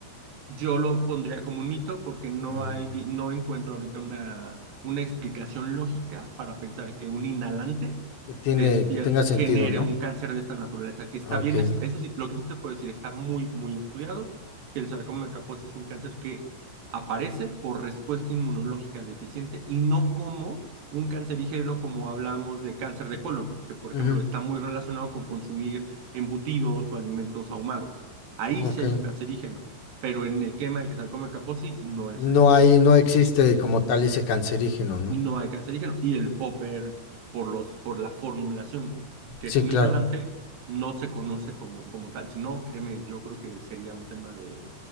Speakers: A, on the right (about 60°); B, on the left (about 65°).
A: Yo lo pondría como un mito porque no
B: Ujú.
A: hay, no encuentro ahorita una, una explicación lógica para pensar que un inhalante
B: Que tiene,
A: despierte,
B: que tenga sentido,
A: genere
B: ¿no?
A: un cáncer de esta naturaleza, que está
B: Ah, ok.
A: bien, estu- eso sí, lo que sí te puedo decir, está muy, muy estudiado, que el sarcoma de Kaposi es un cáncer que aparece por respuesta inmunológica deficiente y no como un cancerígeno como hablamos de cáncer de colon, que por
B: Ujú,
A: ejemplo está muy relacionado con consumir embutidos o alimentos ahumados. Ahí
B: ok.
A: sí hay un cancerígeno pero en el quema de que tal como el Kaposi no es
B: No
A: el caso.
B: hay, no existe como tal ese cancerígeno, ¿no?
A: No hay cancerígeno. Y el popper, por, los, por la formulación que
B: Sí,
A: es un
B: claro.
A: inhalante, no se conoce como, como tal. Si no, créeme, yo creo que sería un tema de,